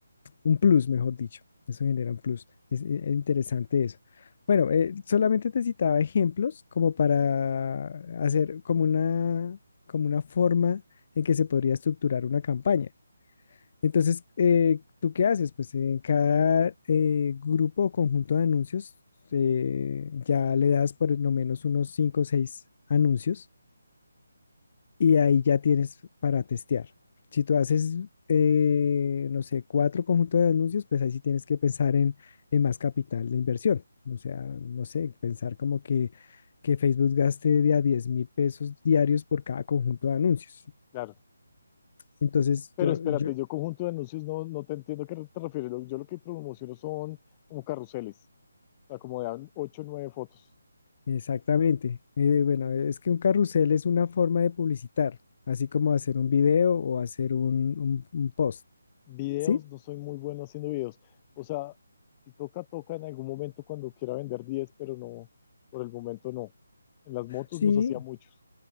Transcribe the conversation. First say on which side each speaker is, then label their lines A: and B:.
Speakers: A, on the left; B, on the left.
A: un plus, mejor dicho. Eso genera un plus. Es, es interesante eso. Bueno, eh, solamente te citaba ejemplos como para hacer como una, como una forma en que se podría estructurar una campaña. Entonces, eh, ¿tú qué haces? Pues en cada eh, grupo o conjunto de anuncios eh, ya le das por lo menos unos 5 o 6 anuncios y ahí ya tienes para testear. Si tú haces, eh, no sé, cuatro conjuntos de anuncios, pues ahí sí tienes que pensar en, en más capital de inversión. O sea, no sé, pensar como que, que Facebook gaste de a diez mil pesos diarios por cada conjunto de anuncios.
B: claro.
A: Entonces,
B: Pero
A: tú-
B: espérate,
A: yo,
B: yo conjunto de anuncios no, no te entiendo a qué te refieres. Lo- Yo lo que promociono son como carruseles, o sea, como de 8 o 9 fotos.
A: exactamente. Eh, bueno, es que un carrusel es una forma de publicitar, así como hacer un video o hacer un, un un post,
B: Videos,
A: ¿sí?
B: no soy muy bueno haciendo videos. O sea, si toca, toca en algún momento cuando quiera vender diez pero no, por el momento no. En las motos
A: Sí,
B: los hacía muchos.